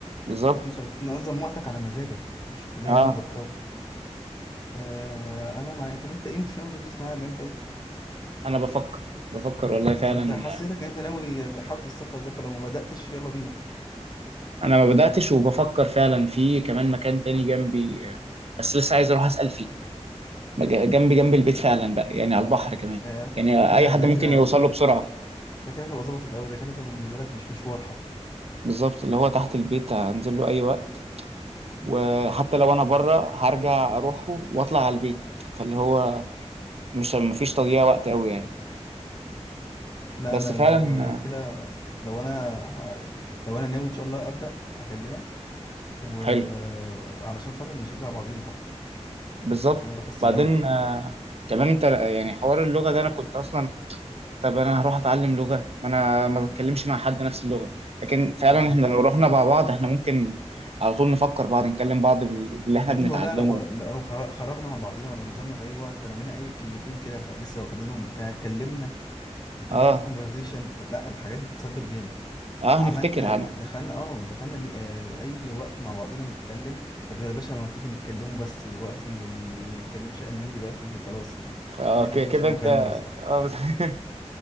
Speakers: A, on the right; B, on the left.
A: بالظبط
B: انت بتنظم وقتك على مزاجك مش الكليه
A: اه
B: اللي مضغطاك فانا معايا طب انت ايه مش ناوي تدرس معايا الماني طيب
A: انا بفكر بفكر والله فعلا
B: يعني انت حسيتك ان انت ناوي حابب السفر ده فلو ما بداتش يلا بينا
A: انا ما بداتش وبفكر فعلا في كمان مكان تاني جنبي آه، بس لسه عايز اروح اسال فيه مج- جنبي جنب البيت فعلا بقى يعني على البحر كمان
B: ما-
A: يعني
B: لا
A: اي حد
B: ده
A: ممكن
B: كده
A: يوصل له بسرعه
B: ده كده تبقى ظبطت قوي ده كده تبقى بالنسبه لك مش مشوار حتى
A: بالظبط اللي هو تحت البيت هنزل له اي وقت وحتى لو انا بره هرجع اروحه واطلع على البيت فاللي هو مش مفيش تضييع وقت قوي يعني
B: لا
A: بس
B: انا
A: فعلا
B: لو لو
A: آه،
B: كده لو انا ه- لو انا ناوي ان شاء الله ابدا هكلمك وعلشان
A: حلو
B: خاطر نشجع بعضينا حتى
A: بالظبط
B: بس انا بكسل
A: بعدين
B: قوي فاهم
A: آه، كمان انت يعني حوار اللغه ده انا كنت اصلا طب انا هروح اتعلم لغه ما انا ما بتكلمش مع حد نفس اللغه لكن فعلا
B: بالظبط.
A: احنا لو رحنا مع بعض احنا ممكن على طول نفكر بعض نكلم بعض بال- باللي احنا
B: ايوه
A: بنتعلمه
B: لا لا ون- لو خر- خرجنا مع بعضينا ولا نزلنا في اي وقت رمينا اي كلمتين كده خ- لسه واخدينهم بتاع اتكلمنا فتحنا
A: اه
B: كونفرزيشن لا الحاجات دي بتثبت جامد
A: اه
B: عملنا
A: نفتكر انا
B: دخلنا اه دخلنا مي- آه، اي وقت مع بعضينا نتكلم طب يا باشا ما تيجي نتكلموا بس دلوقتي واللي ما يتكلمش الماني دلوقتي خلاص
A: اه
B: نقفل
A: ك-
B: في
A: كده
B: وش المكالمه
A: انت
B: مثلا
A: اه بس <laughs>